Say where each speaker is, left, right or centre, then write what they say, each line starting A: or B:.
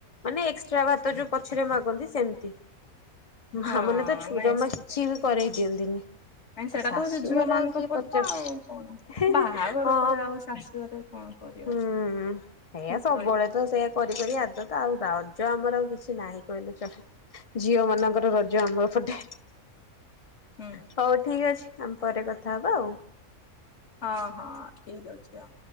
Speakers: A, on the left; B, on the left.
A: ମାନେ ଏକ୍ସଟ୍ରା ଭାତ ଯୋଉ ପଛରେ ମାଗନ୍ତି ସେମିତି ମା
B: ହଁ
A: ମାନେ ତ ଛୁ
B: ନାଇଁ
A: ଜମା କିଛି ବି କରେଇ ଦିଅନ୍ତିନି।
B: ନାଇଁ ସେଇଟା
A: ଆଉ ଶାଶୁଘରେ
B: ତ ହଉଛି ଝିଅ ମାନଙ୍କ
A: ଆଉ କିଏ
B: ପର୍ବ
A: ପଚାରୁଛି
B: ଆଉ କଣ
A: <unintelligible>
B: ବାହାଘର
A: ହଁ।
B: ପରେ ଆଉ ଶାଶୁଘରେ କଣ କରିବ
A: ହୁଁ ଏଇଆ
B: ଠିକ
A: ସବୁବେଳେ
B: କହିଲୁ
A: ତ ସେଇଆ କରି ଆଦତ ଆଉ ରଜ ଆମର ଆଉ କିଛି ନାହିଁ କହିଲେ ଚଳେ। ଝିଅ ମାନଙ୍କର ରଜ ଆମର ପଟେ।
B: ହୁଁ
A: ହଉ ଠିକ ଅଛି ଆମ ପରେ କଥା ହବା ଆଉ।
B: ହଁ ହଁ ଠିକ୍ ଅଛି ଆଉ।